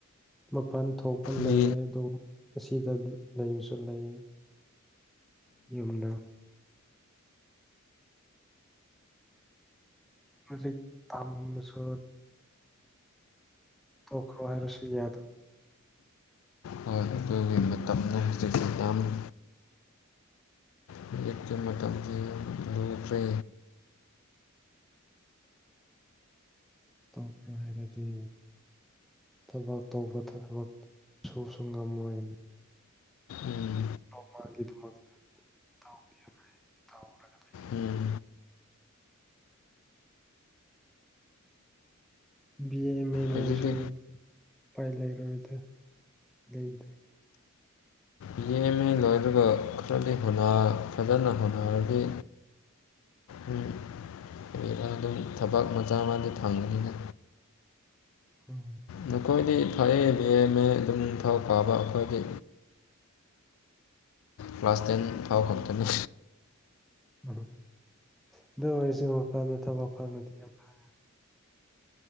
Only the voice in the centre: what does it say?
ꯃꯄꯜ ꯊꯣꯛꯄ ꯂꯩꯌꯦ
ꯑꯗꯨ ꯑꯁꯤꯗ ꯂꯩꯕꯁꯨ ꯂꯩꯌꯦ꯫ ꯌꯨꯝꯅ ꯍꯧꯖꯤ ꯇꯝꯃꯁꯨ ꯇꯣꯛꯈ꯭ꯔꯣ ꯍꯥꯏꯔꯁꯨ ꯌꯥꯗꯣ
ꯇꯧꯈ꯭ꯔꯣ ꯍꯥꯏꯔꯗꯤ ꯊꯕꯛ ꯇꯧꯕ ꯊꯕꯛ ꯁꯨꯁꯨ ꯉꯝꯃꯣꯏ
ꯃꯥꯒꯤꯗꯃꯛꯇꯗꯤ ꯇꯧꯕꯤꯌꯣ ꯇꯧꯔꯒ ꯂꯩꯕ
ꯕꯤ ꯑꯦ ꯑꯦꯝꯃꯦ ꯂꯣꯏꯔꯁꯨ
ꯎꯄꯥꯏ ꯂꯩꯔꯔꯣꯏꯗ ꯂꯩꯕꯗꯤ꯫
ꯎꯝ
ꯎꯝ ꯑꯗꯨ ꯑꯣꯏꯔꯁꯨ ꯃꯄꯥꯟꯗ ꯊꯕꯛ ꯐꯪꯕꯗꯤ ꯌꯥꯝ ꯐꯌꯦ꯫